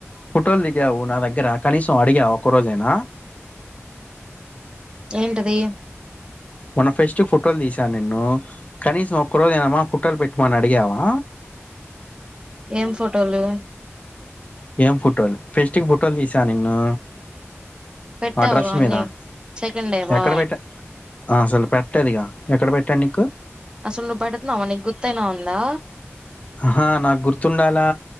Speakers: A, on the left; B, on the right.
A: పుటోలు దిగావు నా దగ్గర కనీసం అడిగావ ఒక్క రోజైనా
B: ఏంటిది
A: మొన్న ఫెస్ట్ ఫుటోలు తీసాను నిన్ను కనీసం ఒక్క రోజ ఐనా ఫుటోల్ పెట్టుమని అడిగావా
B: ఏం ఫోటోలు
A: ఏం ఫుటోలు ఫెస్టిక్ ఫుటోలు తీసా నిన్ను
B: పెట్టావుగా
A: అడ్రస్
B: అన్ని
A: మీద
B: సెకండ్ డేవా
A: ఎక్కడ పెట్ట అసలు పెట్టలేదుగా ఎక్కడ పెట్టాను నీకు
B: అసలు నువ్వు పెడుతున్నావ నీకు గుర్తయినా ఉందా
A: ఆహా నాకు గుర్తుండాలా